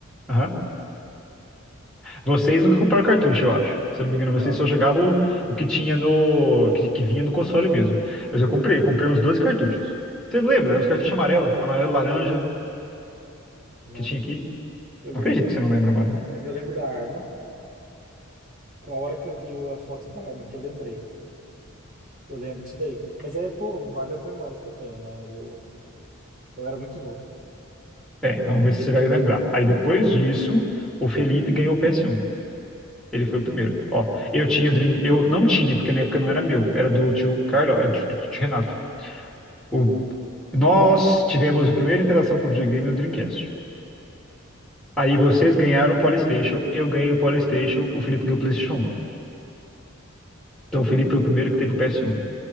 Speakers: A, in the centre; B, on the right.
A: Aham. Vocês nunca compraram cartucho, eu acho. Se eu não me engano,
B: Não,
A: vocês só jogavam o, o que tinha no. Que, que vinha no console mesmo. Mas eu comprei, eu comprei uns 12 cartuchos. Você não lembra? Eram Os cartuchos amarelo, amarelo laranja
B: não
A: que tinha
B: lembro.
A: aqui.
B: Eu
A: Não
B: lembro,
A: acredito
B: eu
A: que
B: lembro
A: você não lembra, mano.
B: não lembro. Eu lembro da arma. Com a hora que eu vi a foto da arma que eu lembrei. Eu lembro disso daí. Mas é, pô, vagas memórias que eu tenho, né? Eu, eu era muito novo.
A: É, vamos ver se você vai lembrar. Aí depois disso, o Felipe ganhou o PS1. Ele foi o primeiro. Ó, eu tinha o Dream... Eu não tinha, porque na época não era meu. Era do tio Carlos, era do tio, tio Renato. O... Nós tivemos a primeira interação com o videogame no Dreamcast. Aí vocês ganharam o PlayStation, eu ganhei o PlayStation, o Felipe ganhou o PlayStation 1. Então o Felipe foi o primeiro que teve o PS1.